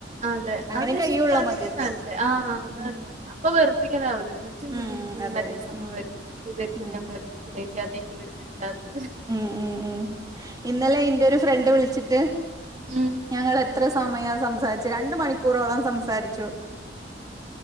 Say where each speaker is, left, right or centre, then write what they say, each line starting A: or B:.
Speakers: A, on the right; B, on the right.
A: അതെഅത്ശരിക്ക്ആയ്കൊക്കെനല്ല്
B: അങ്ങനെ കഴിയുള്ളൂ നമ്മക്ക്
A: ‌ആഅതാണ്അപ്പൊ
B: ഉം
A: വെറുപ്പിക്കൽ ആ വില്ലല്ലോ മറ്റമ്മക്ക്‌എനിക്ക്‌മറ്റെരുസംഭവയിര്ന്ന്
B: ഉം അതെ ഉം
A: ഇവര്ക്ക്‌ഞാൻവെർപ്പിക്കല്ലേര്ക്കും
B: ഉം
A: അതേര്ക്കുംഇവര്മിണ്ടാത്തത്
B: ഉം ഉം ഉം ഇന്നലെഇന്റെരുഫ്രണ്ട് വിളിച്ചിട്ട്
A: ഉം
B: ഞങ്ങളെത്രസമയസംസാരി ച്ച് രണ്ട്മണിക്കൂറോളംസംസാരിച്ചു